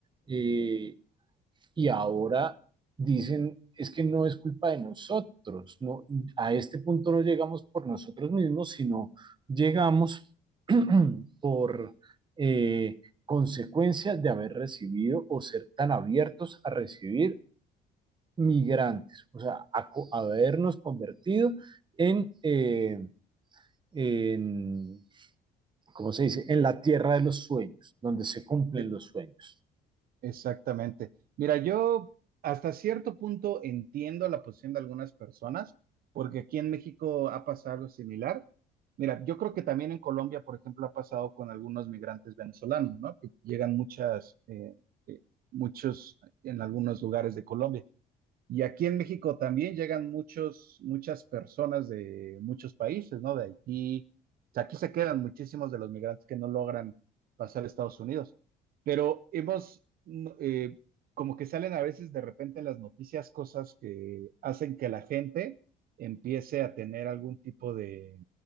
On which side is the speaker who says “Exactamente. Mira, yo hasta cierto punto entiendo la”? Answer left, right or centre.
Right